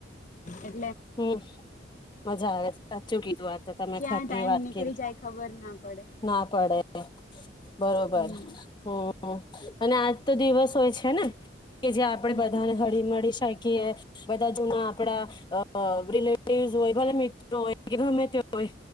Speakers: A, on the left; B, on the left.
A: એ
B: હમ મજા આવે સાચું કીધું વાત તો તમે
A: ક્યાં
B: ખરી
A: ટાઈમ
B: વાત
A: નીકળી
B: કરી
A: જાય ખબર ના પડે
B: ના પડે બરોબર
A: હમ
B: હમ અને આ તો દિવસ હોય છે ને કે જે આપણે
A: હમ
B: બધાને હળી મળી શકીએ બધા જૂના આપડા અ રિલેટિવસ હોય ભલે મિત્રો હોય કે ગમે તે હોય